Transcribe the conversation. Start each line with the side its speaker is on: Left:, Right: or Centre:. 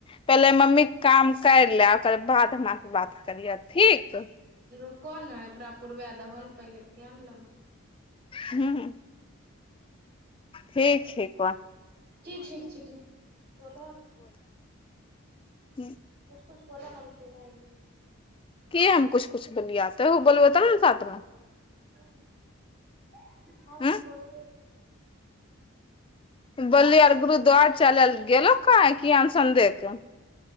Left: पहिले मम्मीके काम कर ला ओकर बाद हमर से बात करिह ठीक
Right: रुक ने एकरा पुरवा दहो ने पहिले क ने लहो
Left: हूँ ठीक हइ क
Right: की ठीक छिक बलन।
Left: हूँ
Right: कछ बोलो न हम सुन हिय
Left: की हम कुछ कुछ बोलिियाते बोलबे ते ने ने साथमे।
Right: हूँ हँ
Left: हूँ
Right: त बोलबे करय
Left: बोलली आर गुरुद्वार चलेल गेलो काहे कि सन्डे के